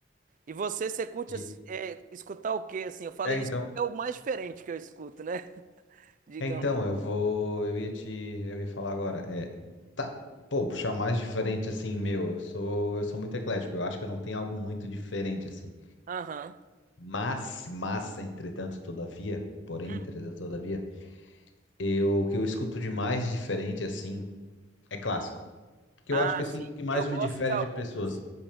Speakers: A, on the right; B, on the left.
A: E você, você curte
B: E,
A: assim, é, escutar o quê, assim? Eu falei
B: é então,
A: isso porque é o mais diferente que eu escuto, né? <laughs> Digamos.
B: é então eu vou, eu ia te, eu ia falar agora, é, tá, pô, puxar um mais diferente assim, meu, eu sou, eu sou muito eclético, eu acho que eu não tenho algo muito diferente assim.
A: Aham.
B: Mas, mas, entretanto, todavia, porém,
A: Hum.
B: entretanto, todavia, eu, o que eu escuto de mais diferente assim é clássico, que
A: Ah,
B: eu acho que
A: sim.
B: assim que mais
A: Eu gosto
B: me difere
A: de algumas.
B: de pessoas.